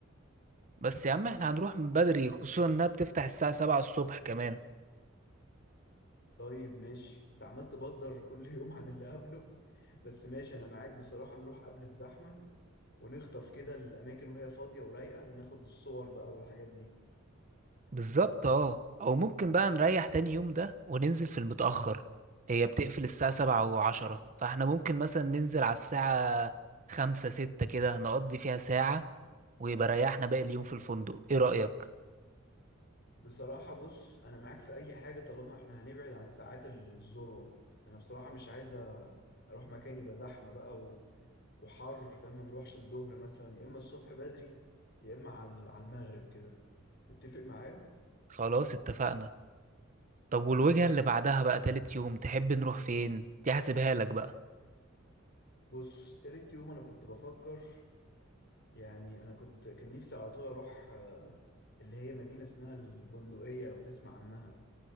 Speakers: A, on the right; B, on the left.
A: بس يا عم احنا هنروح من بدري خصوصا انها بتفتح الساعة 7 الصبح كمان
B: طيب ماشي انت عمال تبدر كل <laughs> يوم عن اللي قبله بس ماشي انا معاك بصراحة نروح قبل الزحمة ونخطف كده الاماكن وهي فاضية ورايقة وناخد الصور بقى والحاجات دي
A: بالظبط اه او ممكن بقى نريح تاني يوم ده وننزل في المتأخر هي بتقفل الساعة سبعة وعشرة فاحنا ممكن مثلا ننزل على الساعة خمسة ستة كده نقضي فيها ساعة ويبقى ريحنا باقي اليوم في الفندق ايه رأيك؟
B: بصراحة بص انا معاك في اي حاجة طالما احنا هنبعد عن ساعات الذروة انا بصراحة مش عايز أ- اروح مكان يبقى زحمة بقى و... وحر فاهم ما نروحش الظهر مثلا يا اما الصبح بدري يا اما على على المغرب كده متفق معايا
A: خلاص اتفقنا طب والوجهة اللي بعدها بقى تالت يوم تحب نروح فين؟ دي هحسبها لك بقى
B: بص تالت يوم انا كنت بفكر يعني انا كنت كان نفسي على طول اروح آه، اللي هي مدينة اسمها البندقية لو تسمع عنها